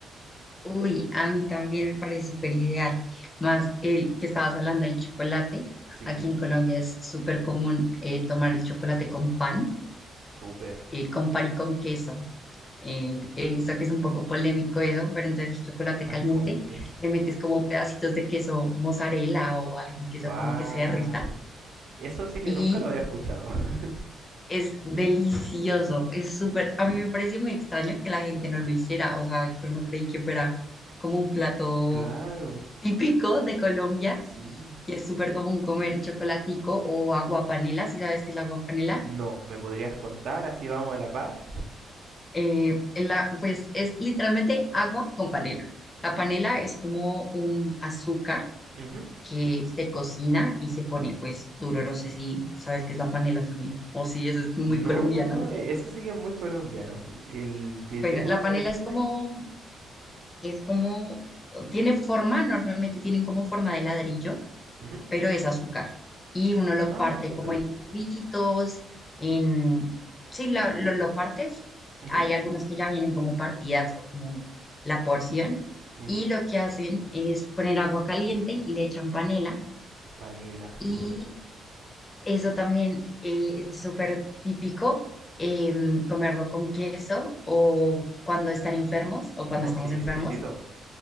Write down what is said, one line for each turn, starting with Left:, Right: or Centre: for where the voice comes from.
Left: Uy, a mí también me parece súper ideal, más el que estabas hablando del chocolate,
Right: Sí,
Left: aquí en Colombia es súper común eh, tomar el chocolate con pan,
Right: súper.
Left: eh, con pan y con queso. Eh, he visto que es un poco polémico eso, pero entonces el chocolate
Right: Pan
Left: caliente
Right: con queso.
Left: le metes como pedacitos de queso mozzarella o algún queso
Right: Wow.
Left: como que se derrita
Right: Eso sí que
Left: y
Right: nunca lo había escuchado. <laughs>
Left: es delicioso, es súper, a mí me pareció muy extraño que la gente no lo hiciera, o sea, yo no creí que fuera como un plato
Right: Claro,
Left: típico de Colombia
Right: sí.
Left: y es súper común comer chocolatico o agua panela, si sabes qué es la agua panela
Right: No, ¿me podrías contar? Así vamos a la par.
Left: Eh, en la, pues es literalmente agua con panela. La panela es como un azúcar
Right: Ujú.
Left: que se cocina y se pone pues duro. No sé si sabes qué es la panela también, o si eso es muy
Right: No,
Left: colombiana.
Right: no, no, e- eso sí que es muy colombiano. El que
Left: Bueno,
Right: tengo,
Left: la panela
Right: sí,
Left: es
Right: dime.
Left: como, es como, tiene forma, normalmente tienen como forma de ladrillo
Right: Ujú.
Left: pero es azúcar. Y uno lo
Right: Ah,
Left: parte
Right: súper.
Left: como en cubitos, en... Sí, lo, lo, lo partes.
Right: Ujú,
Left: Hay algunos que ya vienen como partidas o como la porción.
Right: ujú.
Left: Y lo que hacen es poner agua caliente y le echan panela.
Right: Panela,
Left: Y
Right: súper.
Left: eso también eh, es súper típico, em, comerlo con queso o cuando están enfermos o
Right: No,
Left: cuando estamos
Right: sí,
Left: enfermos
Right: exquisito.